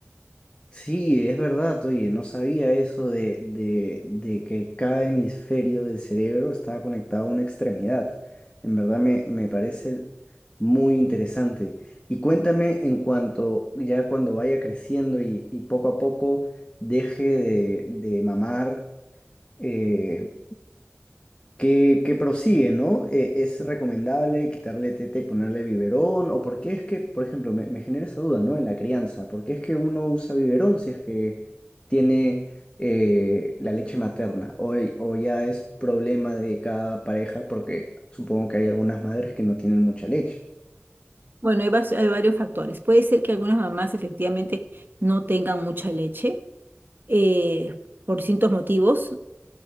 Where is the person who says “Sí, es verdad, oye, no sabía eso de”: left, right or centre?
Left